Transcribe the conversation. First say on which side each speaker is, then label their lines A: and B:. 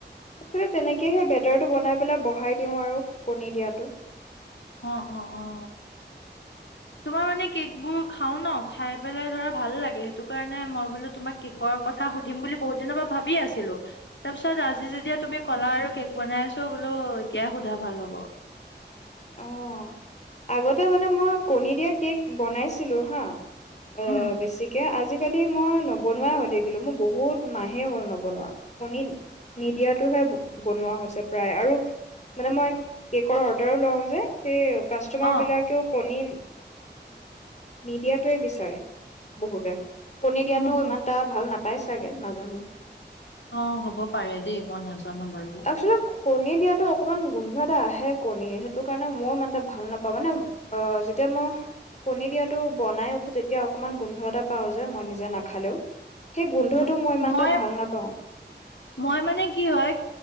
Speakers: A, on the left; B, on the left.
A: তাৰপিছতে তেনেকে সে বেটাৰটো বনাই পেলাই বঢ়াই দিওঁ আৰু কণী দিয়াটো।
B: অ -অ -অ তোমাৰ মানে কেকবোৰ খাওঁ ন খাই পেলাই ধৰা ভাল লাগে সেইটো কাৰণে মই বোলো তোমাক কেকৰ কথা সুধিম বুলি বহুত দিনৰ পৰা ভাবি আছিলোঁ তাৰপিছত আজি যেতিয়া তুমি ক'লা আৰু কেক বনাই আছো বোলো এতিয়াই সোধা ভাল হ'ব।
A: অ' আগতে মানে মই কণী দিয়া কেক বনাইছিলো হা। অ'
B: উম
A: বেছিকে আজিকালি একেল মই নবনুৱাই হৈ থাকিলো মোৰ বহুত মাহে হ'ল নবনোৱা কণী নিদিয়টোহে বনোৱা হৈছে প্ৰায় আৰু মানে মই কেকৰ অৰ্ডাৰো লওঁ। সেই। কাষ্টমাৰ
B: অ
A: বিলাকেও কণী। নিদিয়াটোৱে বিচাৰে বহুতে। কণী দিয়াতো
B: উম হম
A: ইমান এটা ভাল নাথাকে। পাই চাগে নাজানো।
B: অ হব পাৰে দেই মই নাজানো বাৰু
A: একচুৱেলি কণী দিয়াাতো অকণমান গোন্ধ এটা আহে কণীৰ টো কাৰণে মই মানে ভাল নাপাওঁ মানে অ যেতিয়া মই কণী দিয়াটো বনাই উঠো তেতিয়া অকমান গোন্ধ এটা পাও যে মই নিজে নাখালেও। সেই গোন্ধটো
B: উ
A: ইমান
B: মই
A: এটা ভাল নাপাওঁ।
B: মই মানে কি হয়